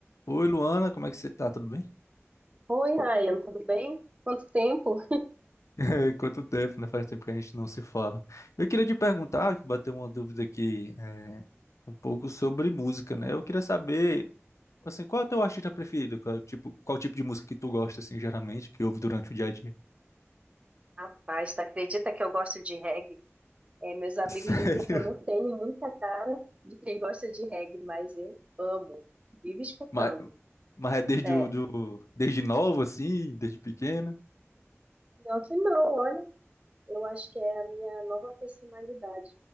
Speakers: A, on the left; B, on the right.
A: Oi, Luana, como é que você tá? Tudo bem?
B: Oi, Ryan, tudo bem? Quanto tempo?
A: <laughs> Quanto tempo, né? Faz tempo que a gente não se fala. Eu queria te perguntar, bater uma dúvida aqui, é, um pouco sobre música, né? Eu queria saber, assim, qual é o teu artista preferido? Qual, é tipo, qual tipo de música que tu gosta, assim, geralmente, que ouve durante o dia a dia?
B: Rapaz, tu acredita que eu gosto de reggae? É, meus amigos
A: <laughs> Sério?
B: dizem que eu não tenho muita cara de quem gosta de reggae, mas eu amo, vivo escutando,
A: Mas, mas é desde,
B: sério.
A: o, do, desde novo, assim, desde pequena?
B: Pior que não, olha, eu acho que é a minha nova personalidade,